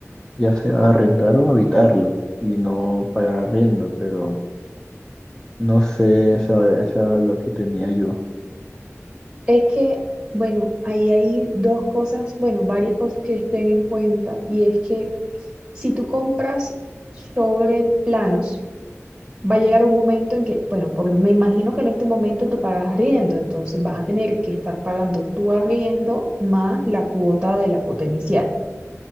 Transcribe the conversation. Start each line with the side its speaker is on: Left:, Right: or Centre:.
Left: ya sea arrendar o habitarlo y no pagar arriendo, pero no sé esa, esa duda que tenía yo.
Right: Es que, bueno, ahí hay dos cosas, bueno, varias cosas que estén en cuenta y es que si tú compras sobre planos, va a llegar un momento en que, bueno, por- me imagino que en este momento tú pagas arriendo, entonces vas a tener que estar pagando tu arriendo más la cuota de la cuota inicial.